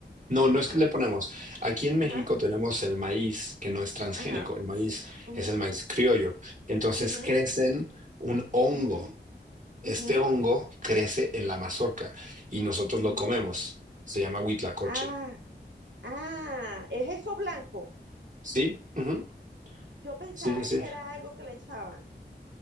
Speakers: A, on the right; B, on the right.
A: No, no
B: Ajá,
A: es que le ponemos. Aquí en México
B: ajá,
A: tenemos el maíz que no es transgénico.
B: ajá,
A: El maíz
B: ujú,
A: es el maíz criollo. Entonces
B: ujú,
A: crecen un hongo.
B: ujú,
A: Este
B: ujú,
A: hongo crece en la mazorca y nosotros
B: ujú.
A: lo comemos. Se llama huitlacoche.
B: Ah, ah, es eso blanco.
A: Sí, ujú,
B: Yo pensaba
A: Sí, sí, sí.
B: que era algo que le echaban.